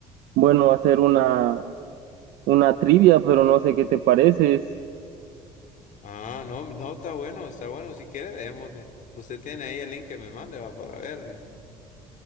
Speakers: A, on the right; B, on the left.
A: bueno hacer una una trivia, pero no sé qué te parece.
B: Ah, no, no, está bueno, está bueno. Si quiere, démosle. Usted tiene ahí el link que me mande, va, para ver.